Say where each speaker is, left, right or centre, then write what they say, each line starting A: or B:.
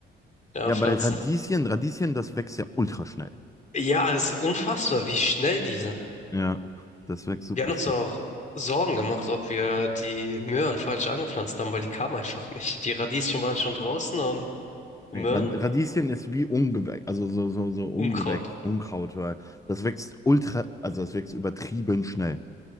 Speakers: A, on the left; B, on the left.
A: ja,
B: Ja,
A: Pflanzen.
B: bei Radieschen, Radieschen, das wächst ja ultra schnell.
A: Ja, es ist unfassbar, wie schnell die sind.
B: Ja, das wächst super
A: Wir haben uns
B: schnell.
A: auch Sorgen gemacht, ob wir die Möhren falsch angepflanzt haben, weil die kamen einfach nicht. Die Radieschen waren schon draußen und die
B: Nee,
A: Möhren,
B: Rad- Radieschen ist wie Ungewächs, also so, so, so Ungewächs,
A: Unkraut.
B: Unkraut, weil das wächst ultra, also das wächst übertrieben schnell.